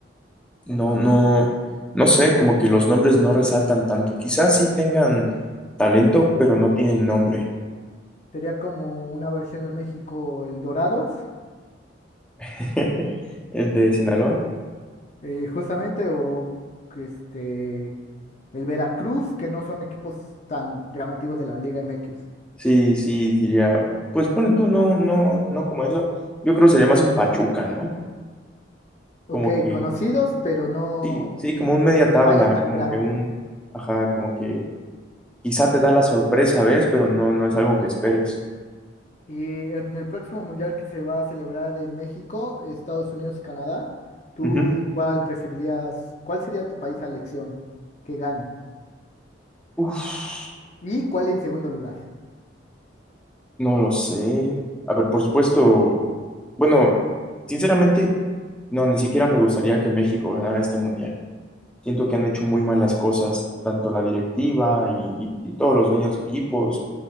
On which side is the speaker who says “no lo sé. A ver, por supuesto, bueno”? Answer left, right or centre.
Centre